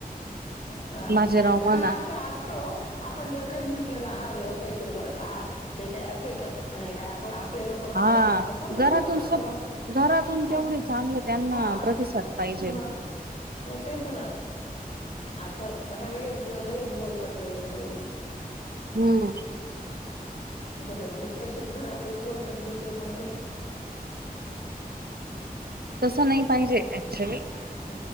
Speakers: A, on the left; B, on the right.
A: ह
B: बाजीराव
A: पण
B: म्हणा
A: आस असत ओ आपण जर काही म्हंटलं हा व्यवसाय सुरू करचाय हा हे काय अस का आणि हे काय आप आपले लोक करता
B: हा
A: का मग कोणते
B: घरातून
A: लोक करता
B: सब
A: मग?
B: घरातून
A: हा.
B: तेवढी चांगलं त्यांना
A: हा
B: प्रतिसाद पाहिजेल.
A: मग मग तेच ना असं हेला लगेच लगेच बोलतात लगेच काही
B: हम्म
A: घरातलेच तसेच घरातलेच बोलतात दुसरे कोण नाई.
B: तसं नाही पाहिजे ऍक्च्युली
A: <inaudible>